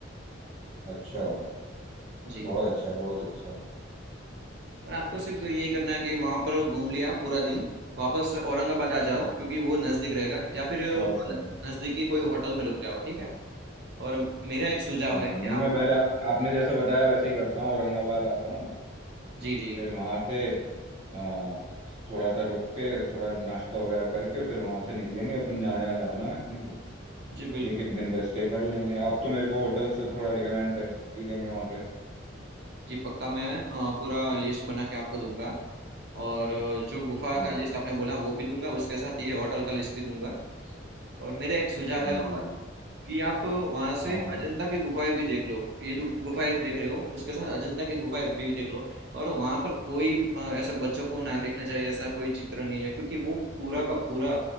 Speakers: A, on the right; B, on the right.
A: अच्छा
B: जी
A: बहुत अच्छा बहुत अच्छा
B: और आपको सिर्फ यही करना है कि वहाँ पर घूम लिया पूरा दिन वापस औरंगाबाद आ जाओ क्योंकि वो नज़दीक रहेगा या फिर
A: Sure sure
B: नज़दीकी कोई होटल में रुक जाओ ठीक है और मेरा एक सुझाव
A: हाँ
B: है कि
A: नहीं
B: आप
A: मैं पहले आप, आपने जैसे बताया वैसे ही करता हूँ औरंगाबाद आता हूँ
B: जी जी
A: फिर वहाँ से आ, थोड़ा सा रुक के थोड़ा नाश्ता वगैरह करके फिर वहां से निकलेंगे अपन यहाँ यहाँ जाना है अपने को
B: जी बिल्कुल
A: एक एक दिन का स्टे कर लेंगे आप तो मेरे को होटल से थोड़ा रिकमेंड कर ही देंगे वहाँ पे
B: जी पक्का मैं अ, पूरा लिस्ट बना के आपको दूंगा और अ, जो गुफा
A: हाँ
B: का लिस्ट आपने बोला वो भी दूंगा उसके साथ ये होटल का लिस्ट भी दूंगा और मेरा एक सुझाव
A: जी
B: है
A: जी जी
B: कि आप वहां से
A: हाँ हाँ
B: अजंता की गुफाएं भी देख लो ये दु- गुफाएं देख रहे हो उसके साथ अजंता की गुफाएं भी देख लो और वहां पर कोई अ, ऐसा बच्चों को ना देखना चाहिए ऐसा कोई चित्र नहीं है क्योंकि वो पूरा का पूरा